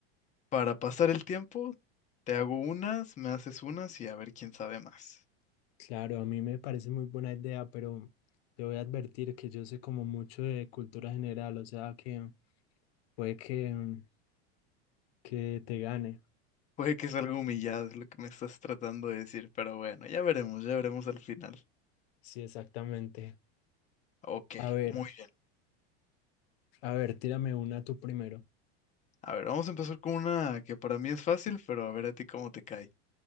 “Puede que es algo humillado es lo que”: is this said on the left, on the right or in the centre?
Left